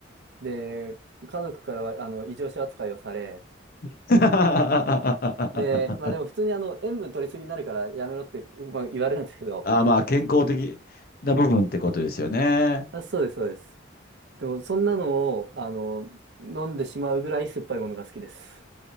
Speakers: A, on the right; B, on the left.
A: で、家族からはあの異常者扱いをされ、
B: <laughs>
A: で、まあでも普通にあの塩分取りすぎになるからやめろって、まあ、言われるんですけど、
B: あー、まあ健康的な部分ってことですよね。
A: あ、そうです、そうです。でもそんなのをあの飲んでしまうぐらい酸っぱいものが好きです。